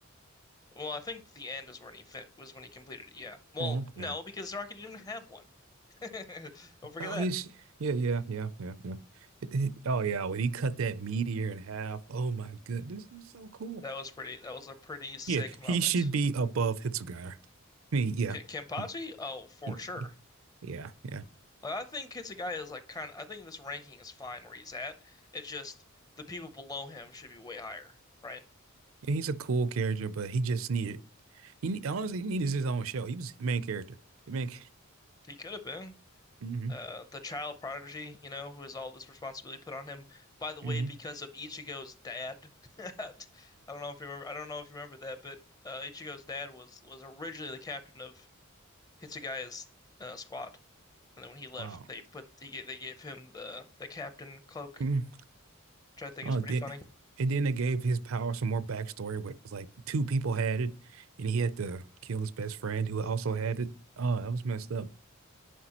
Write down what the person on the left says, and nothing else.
Well, I think the end is when he fin was when he completed it. Yeah. Well,
no, because Rocket didn't have one. <laughs> Don't forget
that.
That was pretty. That was a pretty sick
moment.
K Kenpachi?
Oh, for
sure.
Like, I think Hitsugaya is like kind of, I think this ranking is fine where he's at. It's just the people below him should be way higher, right?
He could have been
uh, the child prodigy, you know, who has all this responsibility put on him. By the
way, because of Ichigo's dad, <laughs> I don't know if you remember. I don't know if you remember that, but uh, Ichigo's dad was was originally the captain of Hitsugaya's uh, squad, and then when he left,
they put he, they gave him the the captain cloak,
which I think
is pretty
funny.